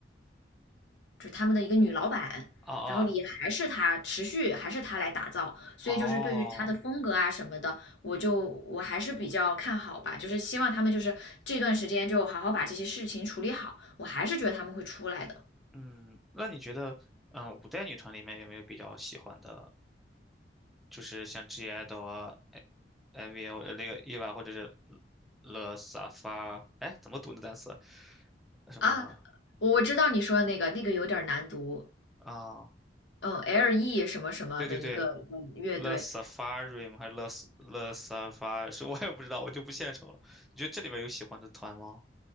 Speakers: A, on the left; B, in the centre.
A: 就是他们的一个女老板，
B: 啊啊，
A: 然后也还是她，持续还是她来打造，所以就是对于她的风格啊什么的，
B: 哦，
A: 我就我还是比较看好吧，就是希望他们就是这段时间就好好把这些事情处理好，我还是觉得他们会出来的
B: 嗯，那你觉得，嗯，五代女团里面有没有比较喜欢的，就是像 G IDOL 啊，I V 啊，或者那个 e v 或者是 l 萨 SAFA，哎，怎么读那单词？什么
A: 啊。我我知道你说的那个，那个有点难读，
B: 啊？
A: 嗯，L.E 什么什么的一个一个乐队，
B: 对对对，Le Safari 吗？还是 Le S- Le s a f a r 是 <laughs> 我也不知道，我就不献丑了。你觉得这里面有喜欢的团吗？